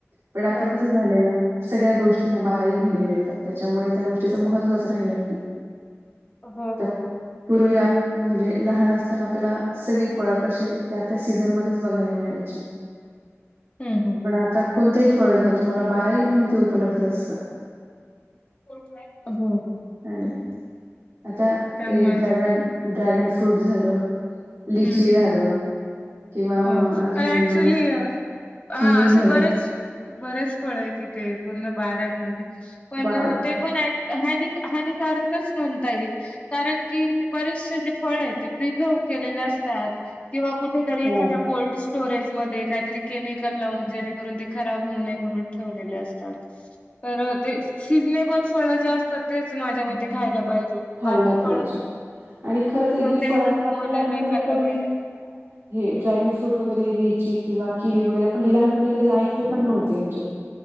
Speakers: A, on the right; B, on the left.
A: पण आता
B: हो,
A: कसं झालंय ना! सगळ्या गोष्टींना बाराही महिने मिळतात, त्याच्यामुळे त्या गोष्टीचं महत्त्वच राहिलं नाही.
B: हो.
A: त पूर्वी आपण म्हणजे लहान असताना आपल्याला सगळे फळं कशे त्या त्या सीझनमध्येच बघायला मिळायचे.
B: हम्म, हम्म.
A: पण आता कोणतंही फळ घ्या, तुम्हाला बाराही महिने ते उपलब्ध असतं.
B: <unintelligible> हो.
A: हाय ना की. आता
B: त्यामुळे
A: ते ड्रॅगन.. ड्रॅगन फ्रूट झालं, लिची
B: हम्म, हम्म.
A: झालं किंवा
B: हो.
A: अजून
B: तर ऍक्चुली हा
A: किवी
B: असे
A: झालं
B: बरेच बरेच फळ आहे कि ते पूर्ण बाराही महिने पण
A: बारा
B: ते पण हनि हानिकारकच म्हणता येईल. कारण की बरेचसे जे फळे आहे. ते प्रिझर्व केलेले असतात. किंवा कुठं तरी
A: हो
B: एखाद्या कोल्ड स्टोरेजमध्ये काहीतरी केमिकल लावून जेणेकरून ते खराब होऊ नये म्हणून ठेवले असतात. तर ते सीजनेबल फळ जे असतात, तेच माझ्या मते खायला पाहिजे.
A: खायला
B: बाकी
A: पाहिजे.
B: फळ
A: आणि खर तर
B: कोणत्याही
A: ही फळ आपण
B: ऋतूमध्ये
A: आपल्या लहानपणी
B: नाही खाल्लं
A: कधी
B: पाहिजे
A: हेड ड्रॅगन फ्रूट वगैरे लिची किंवा किवी वगैरे पण हे लहानपणी कधी ऐकले पण नव्हते. म्हणजे